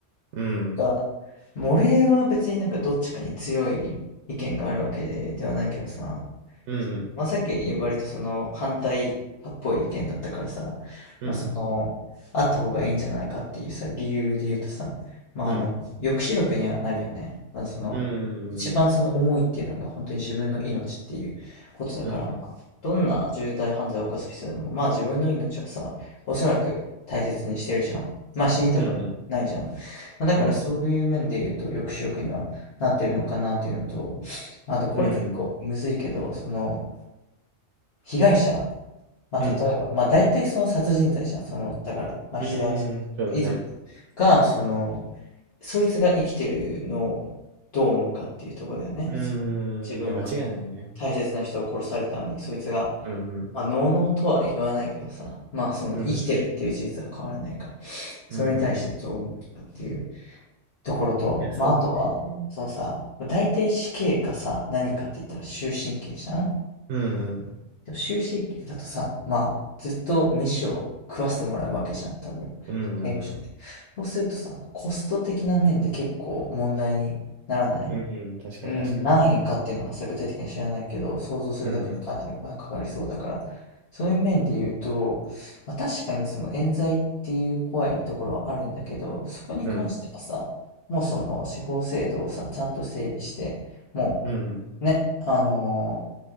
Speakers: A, on the right; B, on the left.
A: うん
B: か、も俺は別になんかどっちかに強い意見があるわけで、ではないけどさ、
A: うん
B: そのまさき割とその反対派っぽい意見だったからさ、
A: うん
B: まあその、あった方がいいんじゃないかっていうさ、理由で言うとさ、まああの、
A: うん
B: 抑止力にはなるよね。まあその、
A: うんうん
B: 一番その思いっていうのが本当に自分の命っていうことだから、
A: うん
B: どんな重大犯罪を犯す人でも、まあ自分の命はさ、おそらく大切にしてるじゃん。まあ死にたくはないじゃん。
A: うんうん
B: ま、だからそういう面で言うと、
A: うん
B: 抑止力にはなってるのかなっていうのと、まあとこれ結構むずいけど、
A: うんうん。
B: その、被害者、ま、
A: うん。
B: 例えば、ま、大体その殺人罪じゃん。その、だから、ま、被害者、
A: うーん、そうだね。
B: 遺族が、その、そいつが生きてるのをどう思うかっていうところだよね。
A: うーん、
B: その自分の
A: いや、間違いないよね。
B: 大切な人を殺されたのに、そいつが、
A: うん、うん、
B: まあ、のうのうとは言わないけどさ、ま、その生きてるっていう事実は変わらないから、
A: うん、
B: それに対してどう思うのかっていう
A: うん、うんうん。い
B: ところと、
A: や、そうだね。
B: まあ、あとは、
A: うん、
B: そうさ、大体死刑かさ、何かって言ったら終身刑じゃんで
A: うん、
B: も終身刑だとさ、まあ、ずっと飯を食わせてもらうわけじゃん、多分。
A: うん、
B: その刑務所で。
A: うん、
B: そうするとさ、コスト的な面で結構問題にならない
A: うん、うん確かに、
B: うん、
A: 確かに。
B: 何円かっていうのはさ具体的には知らないけど、想像するだけでかなりお金かかりそうだから、
A: うん、うん、
B: そういう面で言うと、まあ、確かにその冤罪っていう怖いところはあるんだけど、そこに関してはさ、
A: うん、
B: もうその司法制度をさ、ちゃんと整備して、も
A: うん、
B: うね、あのー